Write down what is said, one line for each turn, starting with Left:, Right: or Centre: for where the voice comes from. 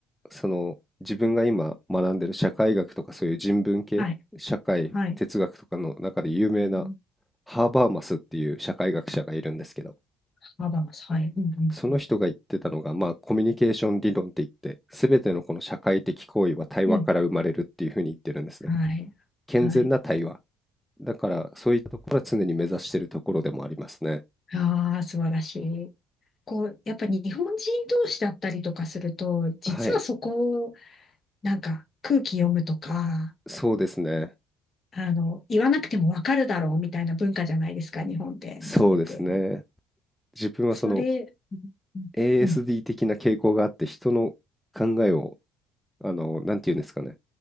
Centre: その自分が今学んでる社会学とかそういう人文系、
Left: はい。
Centre: 社会、
Left: はい。
Centre: 哲学とかの中で有名な
Left: うん、
Centre: ハーバーマスっていう社会学者がいるんですけど、
Left: 幅が、はい。うんうんうん。
Centre: その人が言ってたのが、まあ、コミュニケーション理論って言って、すべてのこの社会的行為は対話から生まれるっていうふうに言ってるんですね。
Left: うん。はい。
Centre: 健全な対話。
Left: はい。
Centre: だから、そういったところは常に目指しているところでもありますね。
Left: ああ、素晴らしい。こう、やっぱ日本人同士だったりとかすると、実はそこを、
Centre: はい。
Left: なんか空気読むとか、
Centre: そうですね。
Left: あの、言わなくてもわかるだろうみたいな文化じゃないですか、日本って。
Centre: そうですね。
Left: すごく。
Centre: 自分はその
Left: それ、うんうん。
Centre: ASD 的な傾向があって、人の考えを、あの、なんて言うんですかね。